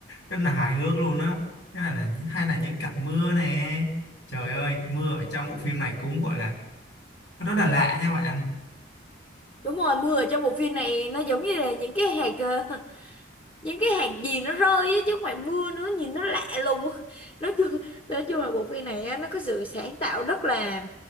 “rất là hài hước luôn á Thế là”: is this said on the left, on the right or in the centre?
Left